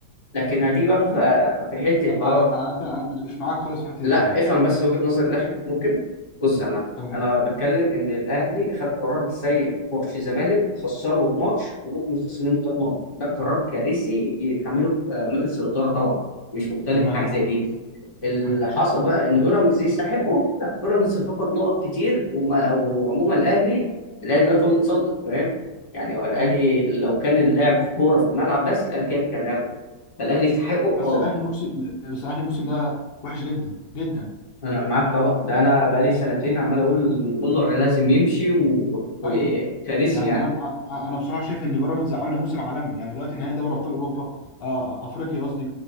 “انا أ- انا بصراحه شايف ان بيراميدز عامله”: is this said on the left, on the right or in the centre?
Left